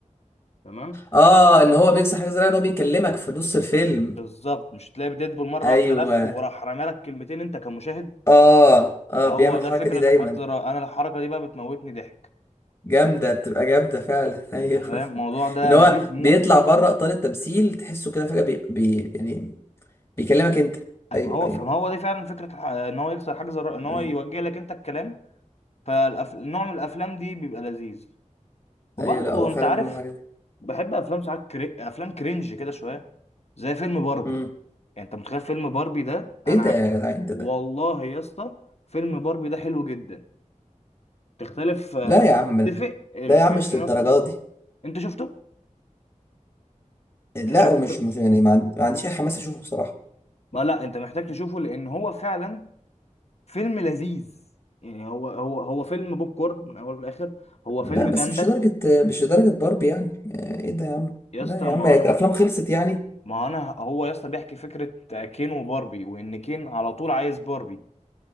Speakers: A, on the left (about 55°); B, on the left (about 35°).
A: تمام
B: اه ان هو بيكسر حاجة زي الرابعة، ان هو بيكلمك في نص الفيلم
A: بالظبط مش تلاقي ديدبول مره
B: ايوه
A: واحده لف وراح رمى لك كلمتين انت كمشاهد
B: اه اه
A: هو
B: بيعمل الحركة
A: ده فكره
B: دي دايما
A: الحجز الرا- انا الحركه دي بقى بتموتني ضحك
B: جامدة بتبقى جامدة فعلا <laughs> ايوه
A: انت فاهم الموضوع ده
B: ان هو
A: لذيذ موت
B: بيطلع بره اطار التمثيل تحسه كده فجأة بي... بي... يعني بيكلمك انت
A: أي-
B: ايوه
A: ما هو
B: ايوه
A: ما هو دي فعلا فكره الح- ان هو يكسر حجز الرا- ان هو
B: ايوه
A: يوجه لك انت الكلام فالنوع من الافلام دي بيبقى لذيذ وبرضه
B: ايوه لا هو فعلا
A: انت عارف
B: بيعمل حاجة
A: بحب افلام ساعات كري... افلام كرنج كده شويه زي فيلم باربي
B: امم
A: يعني انت متخيل فيلم باربي ده انا
B: ايه
A: ع-
B: ده يا جدعان انت
A: والله يا اسطى فيلم باربي ده حلو جدا تختلف آه،
B: لا يا عم
A: تتفق الفيلم
B: ده يا عم مش للدرجه
A: يا اسطى أسطوري.
B: دي
A: انت شفته
B: لا
A: يعني شفت
B: ومش
A: الفيلم
B: مش يعني ما عن- ما عنديش اي حماس اشوفه بصراحه
A: ما لا انت محتاج تشوفه لان هو فعلا فيلم لذيذ يعني هو هو هو فيلم بوب كورن من اول لاخر هو
B: لا
A: فيلم
B: بس
A: بامبا
B: مش لدرجه مش لدرجه باربي يعني آه، ايه ده يا عم
A: يا
B: لا
A: اسطى
B: يا
A: ما
B: عم الافلام
A: انا
B: خلصت يعني
A: ما هو انا هو يا اسطى بيحكي فكره كين وباربي وان كين على طول عايز باربي